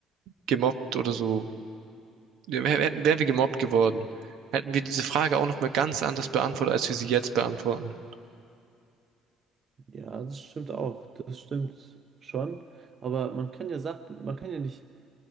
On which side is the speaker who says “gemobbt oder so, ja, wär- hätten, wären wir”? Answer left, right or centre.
Right